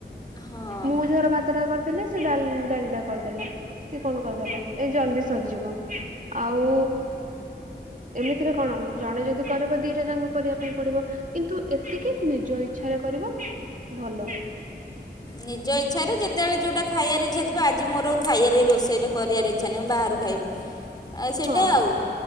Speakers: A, on the left; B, on the right.
A: ହଁ।
B: ମୁଁ ଝର ଭାତ ଟା କରିଦେଲି ସେ ଡା ଡାଲି ଟା କରିଦେଲା। କି କଣ କରିଦେଲା ଏ ଜଲଦି ସରିଯିବ ଆଉ ଏମିତିରେ କଣ ଜଣେ ଯଦି କରରେିବ ଦିଇଟା ଯାକ କରିବା ପାଇଁ ପଡିବ। କିନ୍ତୁ ଏତିକି ନିଜ ଇଚଛାରେ କରିବା ଭଲ।
A: ନିଜ ଇଚଛାରେ ଯେତେବେଳେ ଯୋଉଟା ଖାଇବ ଇଛାଥିବ ଆଜି ମୋର ଖାଇବାରେ ରୋଷେଇରେ କରିବାରେ ଇଚ୍ଛା ନାହିଁ ମୁଁ ବାହାରୁ ଖାଇବି ଆଉ ସେଇଟା
B: ହଁ
A: ଆଉ।